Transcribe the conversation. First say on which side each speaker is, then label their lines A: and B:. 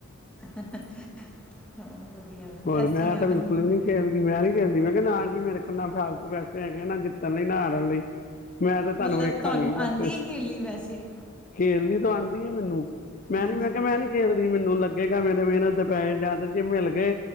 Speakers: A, in the centre; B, on the left.
A: ਹਾਂ ਵਧੀਆ ਵਧੀਆ
B: ਹੋਰ
A: ਏਸਤਰ੍ਹਾਂ
B: ਮੈਂ
A: ਈ ਆਂਦਾ।
B: ਤਾਂ ਬਿਲਕੁਲ ਵੀ ਨਹੀਂ ਖੇਲਦੀ ਮੈਂ ਨੀ ਖੇਲਦੀ, ਮੈਂ ਕਿਆ ਨਾ ਜੀ ਮੇਰੇ ਕੋਲ ਨਾ ਫਾਲਤੂ ਪੈਸੇ ਹੈਗੇ ਆ ਨਾ ਤੇ ਨ‌ਈ ਨਾ ਹਾਰਨ ਲਈ, ਮੈਂ ਤੇ ਤੁਆਨੂੰ
A: ਮਤਲਬ
B: ਵੇਖਾਂਗੀ
A: ਤੁਹਾਨੂੰ
B: ਬਸ।
A: ਆਂਦੀ ਹੈ ਖੇਲਣੀ ਵੈਸੇ
B: ਖੇਲਣੀ ਤਾਂ ਆਂਦੀ ਐ ਮੈਨੂੰ, ਮੈਂ
A: ਹਾਂਜੀ
B: ਨੀ ਮੈਂ ਕਿਆ ਮੈਂ ਨੀ ਖੇਲਦੀ ਮੈਨੂੰ ਲੱਗੇਗਾ ਮੇਰੇ ਮੇਨਤ ਦੇ ਪੈਹੇ ਜਾਦਾ ਜੇ ਮਿਲ ਗੇ